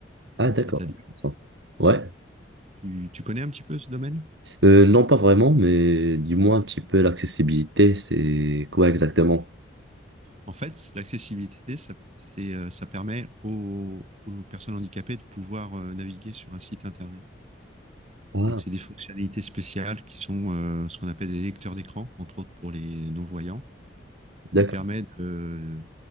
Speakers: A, on the right; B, on the right.
A: Ah, d'accord.
B: C'est-à-dire,
A: Intéressant. Ouais.
B: tu, tu connais un petit peu ce domaine?
A: Euh, non, pas vraiment, mais dis-moi un petit peu l'accessibilité, c'est quoi exactement?
B: En fait, l'accessibilité, ça, c'est, euh, ça permet aux, aux personnes handicapées de pouvoir euh, naviguer sur un site internet.
A: Ah,
B: Donc, c'est des fonctionnalités spéciales qui sont euh, ce qu'on appelle des lecteurs d'écran, entre autres pour les non-voyants,
A: d'accord.
B: qui permettent de